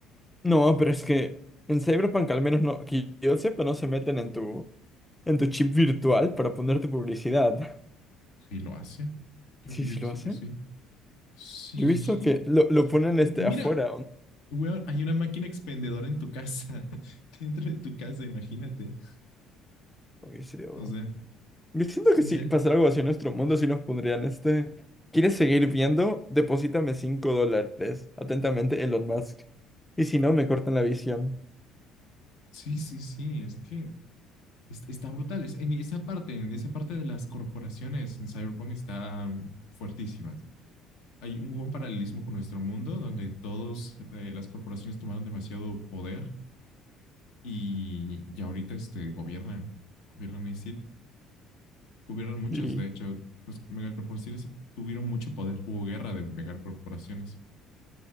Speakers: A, in the centre; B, on the left.
A: No, pero es que en Cyberpunk al menos no, que yo sepa, no se meten en tu, en tu chip virtual para poner tu publicidad.
B: Sí, lo hace. Yo,
A: Sí,
B: yo
A: sí
B: he visto
A: lo hacen.
B: que sí. Sí.
A: Yo he visto que lo,
B: <laughs>
A: lo ponen este
B: Mira,
A: afuera. ¿o no?
B: weón, hay una máquina expendedora en tu casa, <laughs> dentro de tu casa, imagínate.
A: Ok, sería duro.
B: O sea,
A: Yo siento que
B: en
A: si
B: serio,
A: pasara algo así en nuestro mundo, si nos pondrían este. ¿Quieres seguir viendo? Deposítame 5 dólares. Atentamente, Elon Musk. Y si no, me cortan la visión.
B: Sí, sí, sí, es que es- está brutal. Es, en esa parte, en esa parte de las corporaciones en Cyberpunk está mm, fuertísimas. Hay un buen paralelismo con nuestro mundo donde todos eh, las corporaciones tomaron demasiado poder y ya ahorita este, gobiernan, gobiernan a City, gobiernan muchos.
A: Sí,
B: De hecho, los megacorporaciones tuvieron mucho poder. Hubo guerra de megacorporaciones.